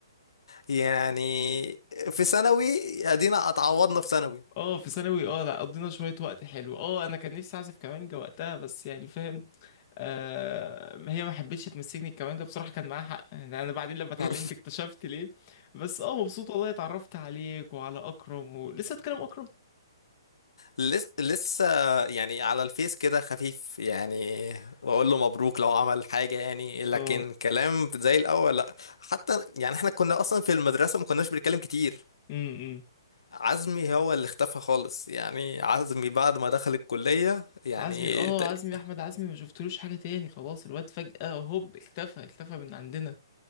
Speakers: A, on the left (about 85°); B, on the left (about 35°).
A: يعني في ثانوي ادينا اتعوضنا في ثانوي
B: اه في ثانوي اه لا قضينا شوية وقت حلو اه انا كان نفسي اعزف كمانجة وقتها بس يعني فاهم آه هي ما حبتش تمسكني الكمانجة بصراحة كان معاها حق يعني انا بعدين لما اتعلمت
A: <laughs>
B: اكتشفت ليه بس اه مبسوط والله اتعرفت عليك وعلى اكرم ولسه اتكلم اكرم
A: لس- لسه يعني على الفيس كده خفيف يعني بقول له مبروك لو عمل حاجة يعني لكن
B: اه
A: كلام زي الأول لا حتى يعني احنا كنا أصلا في المدرسة ما كناش بنتكلم كتير
B: امم
A: عزمي هو اللي اختفى خالص يعني عزمي بعد ما دخل الكلية يعني
B: عزمي اه
A: تق-
B: عزمي احمد عزمي ما شفتلوش حاجة تاني خلاص الواد فجأة هوب اختفى اختفى من عندنا